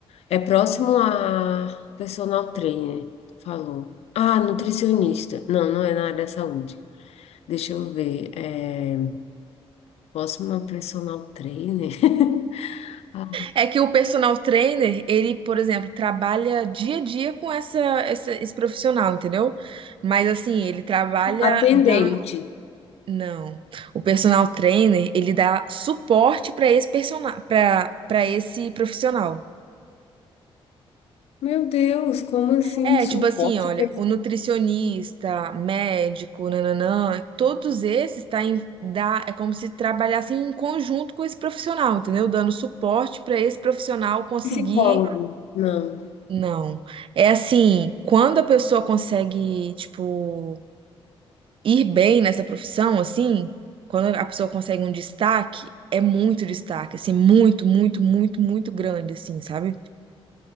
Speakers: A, on the left; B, on the right.
A: É próximo a personal trainer, falou. Ah, nutricionista. Não, não é na área da saúde. Deixa eu ver. É, posso uma personal trainer? <laughs> Ah,
B: É que o personal trainer, ele, por exemplo, trabalha dia a dia com essa, essa- esse profissional, entendeu? Mas assim, ele trabalha
A: Atendente.
B: dando. Não. O personal trainer, ele dá suporte para esse persona... para para esse profissional.
A: Meu Deus, como assim?
B: É,
A: Suporte
B: tipo assim, olha,
A: pessoal.
B: o nutricionista, médico, nananã, todos esses tá em, dá, é como se trabalhassem em conjunto com esse profissional, entendeu? Dando suporte para esse profissional conseguir
A: Psicólogo. Não.
B: Não. É assim, quando a pessoa consegue, tipo, ir bem nessa profissão, assim, quando a pessoa consegue um destaque, é muito destaque, assim, muito, muito, muito, muito grande, assim, sabe?